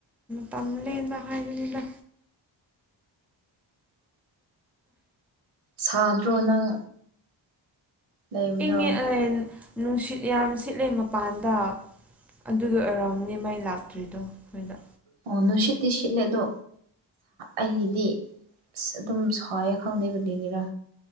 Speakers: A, in the centre; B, on the right (about 90°).
A: ꯇꯝ ꯂꯗ ꯍꯥꯏꯖꯅꯤꯗ
B: ꯁꯥꯗ꯭ꯔꯣ ꯅꯪ ꯂꯩꯕꯗꯣ
A: ꯏꯪꯉꯦ ꯅꯨꯡꯁꯤꯠ ꯌꯥꯝ ꯁꯤꯠꯂꯦ ꯃꯄꯥꯟꯗ ꯑꯗꯨꯗ ꯑꯣꯏꯔꯥꯎ ꯗꯤ ꯃꯩ ꯂꯥꯛꯇ꯭ꯔꯤꯗꯣ ꯑꯩꯈꯣꯏꯗ
B: ꯑꯣ ꯅꯅꯨꯡꯁꯤꯠ ꯇ ꯁꯤꯠꯂꯗ ꯑꯩꯒꯤꯗꯤ ꯑꯁ ꯑꯗꯨꯝ ꯁꯣꯏꯑꯦ ꯈꯪꯗꯦ ꯗꯤꯒꯤꯔꯥ